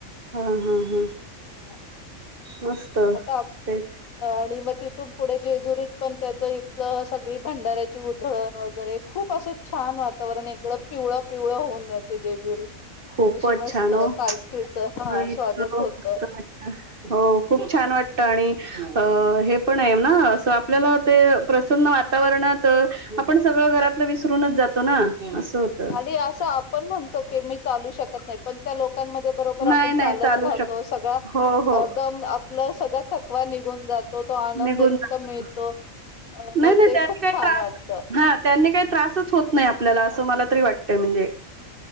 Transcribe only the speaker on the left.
ह
आता
आणि मग त तिथून पुढे जेजुरीत पण त्याचं इथलं सगळी भंडाऱ्याची उधळण वगैरे खूप असं छान वातावरण इकडं पिवळं पिवळं होऊन जातंय जेजुरी
अशी मस्त
पालखीच हा
स्वागत
होतं
आणि असं आपण म्हणतो की मी चालू शकत नाही पण त्या लोक लोका बरोबर
आपण
चालत
राहतो
सगळा
दम ल सगळं थकवा निघून जात त तो आनंद
इतका
मिळतो मग
ते
खूप
छान
वाटत